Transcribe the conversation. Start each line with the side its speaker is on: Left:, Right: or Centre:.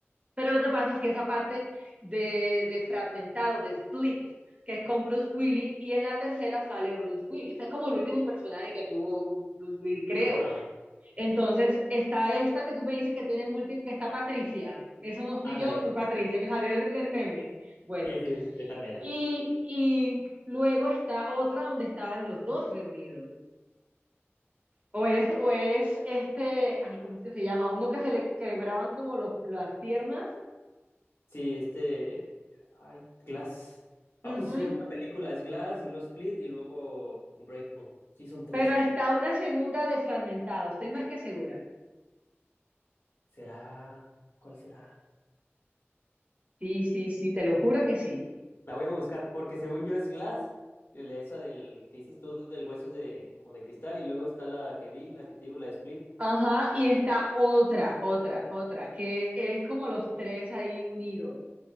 Right: Pero lo que pasa es que esa parte de, de fragmentado, de split, que es con Bruce Willis, y en la tercera sale Bruce Willis. Ese es como el último personaje que tuvo Bruce Willis, creo.
Left: Ajá,
Right: Entonces, está esta que tú me dices que tiene múltiples, que está Patricia. Eso no fui
Left: ándale.
Right: yo, fue Patricia, que salió del, del meme. Bueno,
Left: Sí, sí, sí, esa mera.
Right: y, y luego está otra donde estaban los dos reunidos. O es, o es este, ay, ¿cómo es que se llama? Uno que se le quebraban como los, las piernas.
Left: Sí, este. Ay, Glass. Ah,
Right: Ujú,
Left: pues sí se llama una película. Es Glass y luego Split y luego Unbreakable. Sí, son tres.
Right: Pero está una segunda de fragmentado, estoy más que segura.
Left: ¿Será? ¿Cuál será?
Right: Sí, sí, sí, te lo juro que sí.
Left: La voy a buscar, porque según yo es Glass, y la- esa del que dices tú, del huesos de, como de cristal, y luego está la que vi, la que te digo, la de Split.
Right: Ajá,
Left: o-
Right: y está otra, otra, otra, que es como los tres ahí unidos,